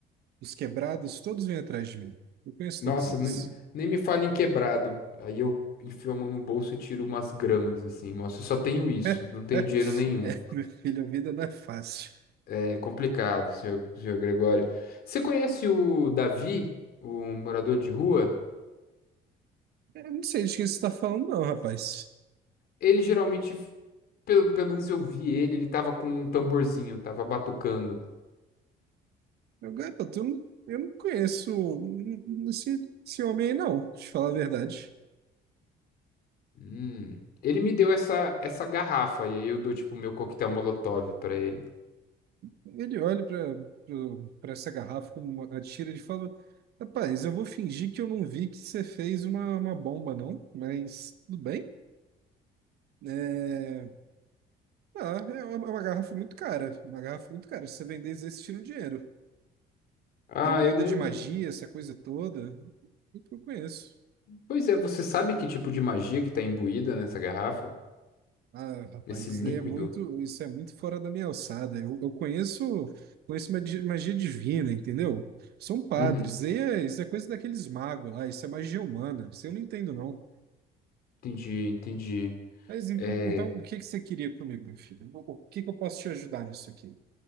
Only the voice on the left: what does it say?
Nossa,
nem, nem me fale em quebrado. Aí eu enfio a mão no bolso e tiro umas gramas, assim. Nossa, eu só tenho isso.
Não tenho dinheiro nenhum.
É complicado, senhor, senhor Gregório. Você conhece o Davi, o morador de rua?
Ele geralmente, pelo, pelo menos eu vi ele, ele tava com um tamborzinho, tava batucando.
Hum. Ele me deu essa, essa garrafa, e aí eu dou, tipo, o meu coquetel Molotov pra ele.
Ah,
eu não.
Pois é, você sabe que tipo de magia que tá imbuída nessa garrafa?
Nesse líquido?
Uhum,
entendi, entendi.
É,